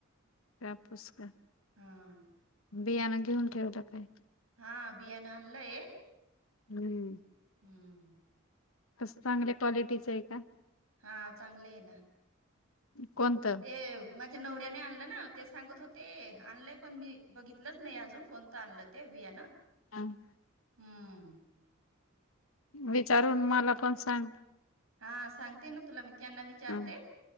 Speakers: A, on the left; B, on the right.
A: कापूस का.
B: हां.
A: बियाणं घेऊन ठेवलं काय?
B: हा बियाना आणलंय.
A: हम्म.
B: हम्म.
A: कसं चांगल्या क्वालिटीचं आहे का?
B: हा चांगल आहे ना.
A: कोणत?
B: ते माझ्या नवऱ्याने आणलं ना ते सांगत होते आणलंय पण मी बघितलंच नाही अजून कोणतं आणलं. ते बियान.
A: हम्म.
B: हम्म.
A: विचारून मला पण सांग.
B: हा सांगते ना तुला मी त्यांना विचारते.
A: ह